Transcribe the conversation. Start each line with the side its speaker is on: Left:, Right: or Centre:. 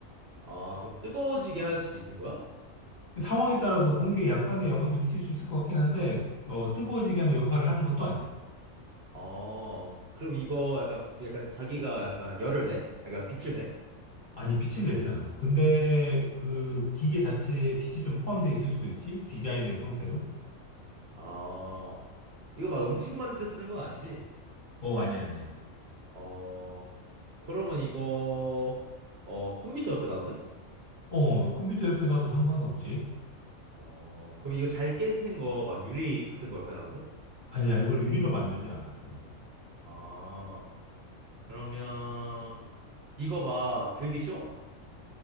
Right: 아 그럼 뜨거워지게 할 수도 있는 거야?
Left: 상황에 따라서 공기에 약간의 영향도 미칠 수 있을 것 같긴 한데, 어, 뜨거워지게 하는 역할을 하는 것도 아니야.
Right: 어 그럼 이거 약간 약간 자기가 약간 열을 내? 약간 빛을 내?
Left: 아니, 빛을 내진 않아. 근데 그 기계 자체에 빛이 좀 포함되어 있을 수도 있지? 디자인의 형태로?
Right: 아 이거 막 음식 만들 때 쓰는 건 아니지?
Left: 어, 아니야, 아니야.
Right: 어 그러면 이거 어 컴퓨터 옆에 놔도 돼?
Left: 어, 컴퓨터 옆에 놔도 상관은 없지.
Right: 어, 그럼 이거 잘 깨지는 거 막 유리 같은 거 옆에 놔도 돼?
Left: 아니야, 이걸 유리로 만들진 않아, 주로.
Right: 아, 그러면 이거 막 들기 쉬워?